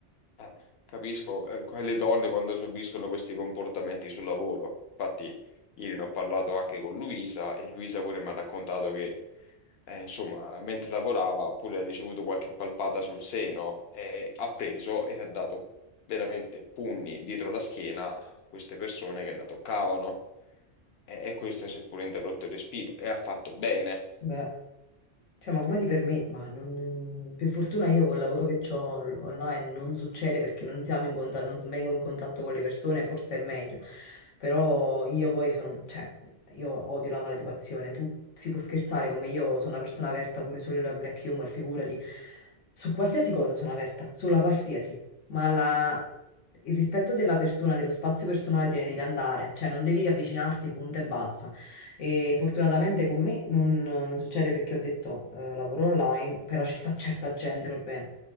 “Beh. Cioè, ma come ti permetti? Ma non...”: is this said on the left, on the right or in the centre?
Left